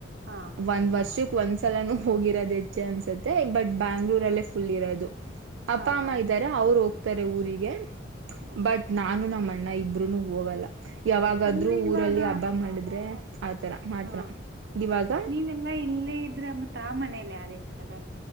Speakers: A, on the right; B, on the right.
A: ಹಾ
B: ಒಂದ್ ವರ್ಷಕ್ ಒಂದ್ಸಲಾನು ಹೋಗಿರೋದು ಹೆಚ್ಚೆ ಅನ್ಸತ್ತೆ ಬಟ್ ಬೆಂಗಳೂರ್ ಅಲ್ಲೆ ಫುಲ್ ಇರೋದು ಅಪ್ಪ
A: ಹಾ
B: ಅಮ್ಮ
A: ಹಾ
B: ಇದ್ದಾರೆ ಅವ್ರು ಹೋಗ್ತಾರೆ ಊರಿಗೆ
A: ಓಕೆ
B: ಬಟ್ ನಾನು ನಮ್ಮ ಅಣ್ಣ ಇಬ್ರೂನು ಹೋಗಲ್ಲ ಯಾವಾಗಾದ್ರೂ
A: ಅಂದ್ರೆ ಇವಾಗ
B: ಊರಲ್ಲಿ ಹಬ್ಬ ಮಾಡಿದ್ರೆ ಆತರ ಮಾತ್ರ
A: ಹಾ
B: ಇವಾಗ
A: ನೀವೆಲ್ಲಾ ಇಲ್ಲೇ ಇದ್ರೆ ಮತ್ ಆ ಮನೇಲಿ ಯಾರು ಇರ್ತಾರೆ